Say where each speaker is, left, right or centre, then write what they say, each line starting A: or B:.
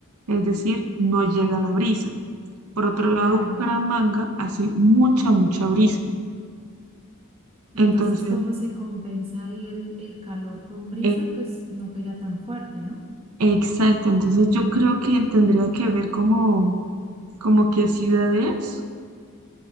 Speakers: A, on the right; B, on the right.
A: es decir, no llega la brisa. Por otro
B: claro.
A: lado, Bucaramanga hace mucha, mucha brisa.
B: Entonces,
A: Entonces,
B: ¿cómo se compensa ahí el, el calor con brisa?
A: e-
B: Pues no pega tan fuerte, ¿no?
A: exacto, entonces yo creo que tendría que ver como, como qué ciudad es